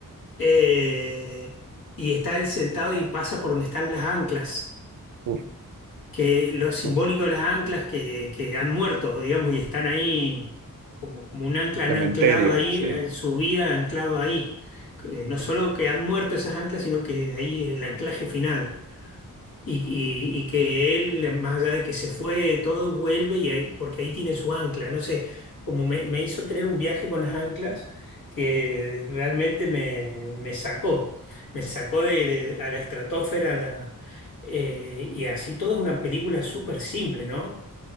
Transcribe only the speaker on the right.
Uf,
uf,
cementerio,
sí.